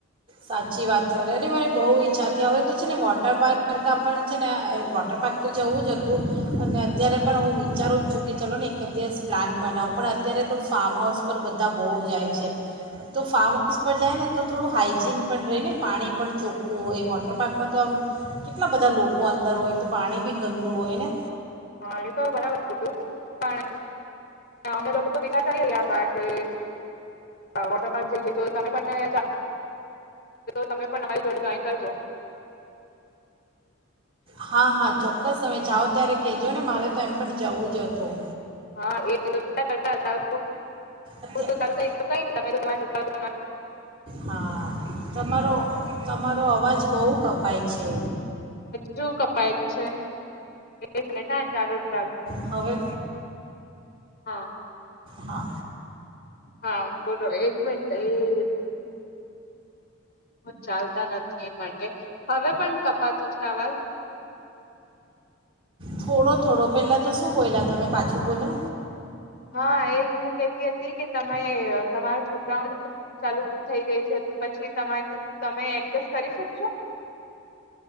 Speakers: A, on the right; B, on the left.
A: સાચી વાત છે રેડી મારે બહુ ઈચ્છા હતી હવે તો છે ને વોટર પાર્ક કરતાં પણ છે ને વોટર પાર્ક તો જવું જ હતું અને અત્યારે પણ હું વિચારું જ છું કે ચાલો ને એક જ દિવસ પ્લાન બનાવું પણ અત્યારે તો ફાર્મ હાઉસ પર બધા બહુ જાય છે. તો ફાર્મ હાઉસ પર જાય ને તો થોડું હાઈ જીન પણ રહીને પાણી પણ ચોખ્ખું હોય વોટર પાર્કમાં તો આમ કેટલા બધા લોકો અંદર હોય તો પાણી બી ગંદુ હોય ને.
B: હા એ તો બરાબર કીધું પણ અમે લોકો તો વિચાર કરી રહ્યા હતા કે વોટર જઈએ તો તમે પણ તમે પણ અમારી જોડે જોઈન કરજો.
A: હા, હા, ચોક્કસ તમે જાઓ ત્યારે કહેજો ને મારે તો એમ પણ જવું જ હતું.
B: હા એ તો કરતા હતા
A: અત્યારે
B: તો ચાલુ થઈ ગયું તમે છોકરા તમા
A: હા તમારો તમારો અવાજ બહુ કપ પાય છે.
B: હજુ કપાય જ છે. બે મિનીટ. ના ચાલુ જ રાખજો.
A: હવે
B: હા
A: હા
B: હા બોલો એક મનટ એ ચાલ તા નથી એ માટે હવે પણ કપાતું છે આવાજ?
A: થોડો થોડો પહેલાં તો શું બોએલા તમે પાછું બોલો?
B: હા એ. હું કેતી હતી કે તમે તમારા છોકરાઓની સ્કૂલ ચાલુ થઈ ગઈ છે તો પછી તમારી તમે એડજસ્ટ કરી શકશો?